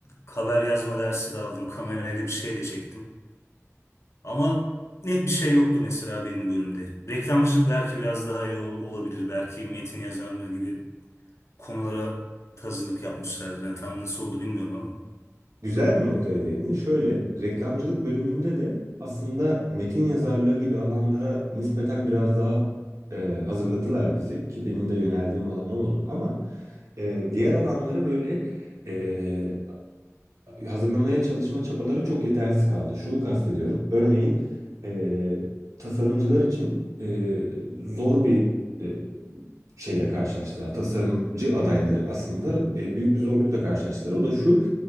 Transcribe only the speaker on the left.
haber yazma dersi de aldım, kamerayla bir şey de çektim. Ama net bir şey yoktu mesela benim bölümde. Reklamcılık belki biraz daha iyi ol- olabilir. Belki metin yazarlığı gibi konulara tazınlık yapmışlardı. Yani tam nasıl oldu bilmiyorum ama.